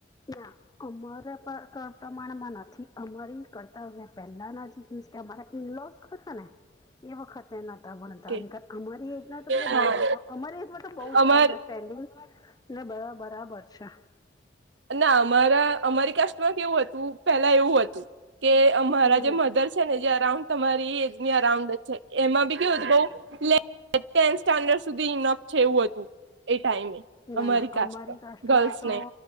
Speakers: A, on the left; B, on the right.
A: ના. અમારા પ્રમાણમાં નથી અમારી કરતા હવે પહેલાના જ- કે ઇનલોસ કરતા ને! એ વખતે્યાંતા ભણતા
B: કે
A: કાર અમારી એજ ના તો બધ
B: હા
A: બ અમારી એજ તો બ
B: અમારે
A: જ.... પેન્ડિંગ ને બ બરાબર છે.
B: ના અમારા અમારી કાસ્ટમાં કેવું હતું પેલા એવું હતું કે અમારા
A: હમ
B: જે મધ- ને જે અરાઉન્ડ તમારી એજની અરાઉન્ડ જ છે એમાં બી કેવું છે બઉ- ટેન્થ સ્ટાન્ડર્ડ સુધી ઇનપ છે એવું હતું એ ટાઈમે!
A: ના ના.
B: કાસ્ટમાં
A: અમારી કસ્ટમાં
B: ગર્લ્સ
A: તો
B: ને